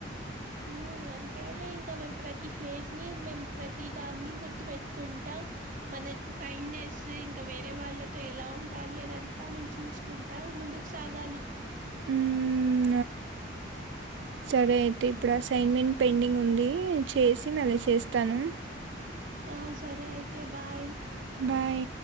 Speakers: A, on the right (about 45°); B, on the right (about 70°).
A: ఉమ్ అంతే లే ఇంక ప్రతీ ఫేజ్ మేమ్ ప్రతీ దాన్ని గుర్తు పెట్టుకుంట మ <unintelligible> కైండ్నెస్ ఇంకా వేరే వాళ్ళతో ఎలా ఉండాలి అదంతా మేము చూసుకుంటా ముందు సాగాలి
B: ఉమ్ సరే అయితే ఇప్పుడసైన్మెంట్ పెండింగ్ ఉంది చేసి మళ్ళీ చేస్తాను
A: ఆ సరే అయితే బాయ్
B: బాయ్